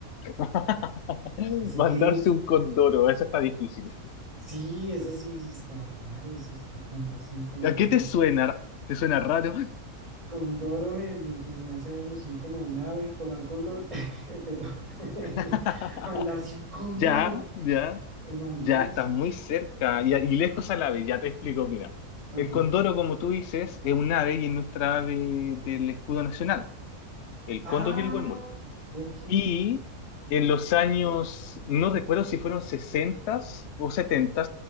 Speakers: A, on the left; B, on the right.
A: <laughs>
B: ¿Eso
A: Mandarse
B: qué es?
A: un condoro, eso está difícil.
B: Sí, eso sí está raro, eso es mandarse un condoro.
A: ¿A qué te suena? ¿Te suena raro?
B: Condoro me, me- pues me hace alusión como a un ave, como al cóndor, <laughs> pero <laughs>
A: <laughs>
B: mandarse un condoro,
A: Ya, ya,
B: eh, mandarse,
A: ya, estás muy cerca. Y, y lejos al ave, ya te explico, mira.
B: ok.
A: El condoro, como tú dices, es un ave y es nuestra ave del escudo nacional, el
B: Ah,
A: cóndor y el huemul.
B: ok.
A: Y en los años, no recuerdo si fueron 60 o 70,